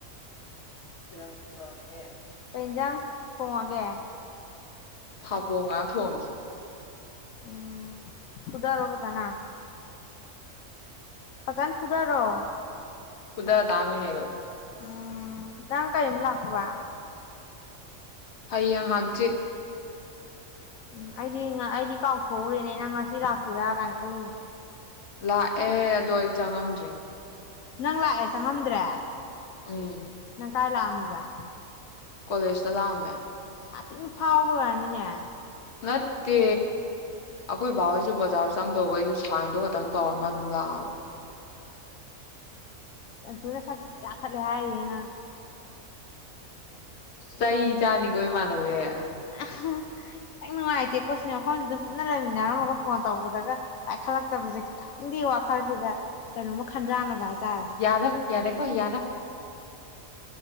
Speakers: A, on the left; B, on the left.
A: ꯆꯗꯨꯨꯔꯦ
B: ꯀꯩ ꯌꯦꯟꯖꯥꯡ ꯊꯣꯡꯉꯒꯦ
A: ꯊꯥꯕꯣꯡ ꯉꯥ ꯊꯣꯡꯉꯦ
B: ꯎꯝ ꯐꯨꯗꯔꯣ ꯐꯖꯅ ꯐꯖꯅ ꯐꯨꯗꯔꯣ
A: ꯈꯨꯗ ꯇꯃꯤꯅ
B: ꯎꯝ ꯅꯪ ꯀꯥꯏꯃꯤ ꯂꯥꯛꯄꯕ
A: ꯍꯌꯦꯡ ꯍꯥꯡꯆꯤꯠ
B: ꯎꯝ ꯑꯩꯗꯤ ꯑꯩꯗꯤ ꯀꯥꯎꯊꯣꯛꯎꯔꯦꯅꯦꯅ ꯉꯁꯤ ꯂꯥꯛ ꯆꯨꯨꯔꯥ ꯀꯥꯈ ꯂꯣꯏ
A: ꯂꯥꯛꯑꯦ ꯑꯗꯣ ꯑꯩ ꯆꯪꯉꯝꯗ꯭ꯔꯤ
B: ꯅꯪ ꯂꯥꯛꯑꯦ ꯆꯪꯉꯝꯗ꯭ꯔꯦ
A: ꯎꯝ
B: ꯅꯪ ꯀꯥꯏ ꯂꯥꯛꯑꯝꯃꯤꯕ
A: ꯀꯣꯂꯦꯖꯇ ꯂꯥꯛꯑꯝꯃꯦ
B: ꯁꯥꯇꯤꯡ ꯐꯥꯎꯕ ꯑꯅꯤꯅꯦ
A: ꯅꯠꯇꯦ ꯑꯩꯈꯣꯏ ꯕꯥꯕꯍꯣꯏꯁꯨ ꯕꯖꯥꯔ ꯆꯪꯗꯧꯕ ꯑꯩꯁꯨ ꯁꯥꯏꯟꯗꯣ ꯈꯛꯇꯪ ꯇꯧꯔꯝꯃ ꯑꯗꯨꯝ ꯂꯥꯛꯑꯕ
B: ꯑ ꯆꯨꯅꯁꯀꯤ ꯀꯥꯈꯠꯂꯦ ꯍꯥꯏꯔꯤꯌꯦꯦꯅꯪ
A: ꯆꯍꯤ ꯆꯥꯅꯤꯒꯣ ꯏꯃꯥꯟꯅꯧ ꯌꯥꯦ
B: ꯑ ꯈꯤꯇꯪ ꯅꯨꯡꯉꯥꯏꯇꯦꯀꯣ ꯁꯤ ꯃꯐꯝꯁꯤꯗ ꯄꯨꯟꯅ ꯂꯩꯃꯤꯟꯅꯔꯝꯃꯒ ꯐꯣꯟ ꯇꯧꯕꯗꯒ ꯄꯥꯏꯈꯠꯂꯛꯇꯕꯁꯦ ꯈꯤꯇꯪ ꯈꯤꯇꯪꯗꯤ ꯋꯥꯈꯜꯁꯤꯗ ꯀꯩꯅꯣꯝꯃ ꯈꯟꯖꯥꯟꯅꯕ ꯍꯥꯏꯇꯥꯔꯦ
A: ꯌꯥꯔ ꯌꯥꯔꯦ ꯀꯣ ꯌꯥꯔ